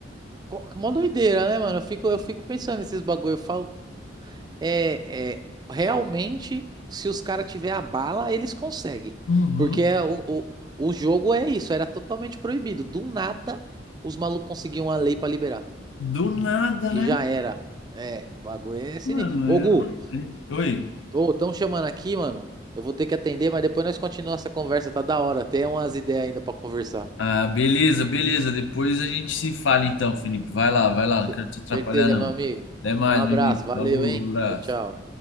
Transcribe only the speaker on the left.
Uhum.
Do nada,
né?
Mano,
é-
é- Oi.
Ah, beleza, beleza. Depois a gente se fala então, Felipe. Vai lá, vai lá.
Não quero te atrapalhar,
não.
Até mais,
meu amigo.
Falou,
abraço.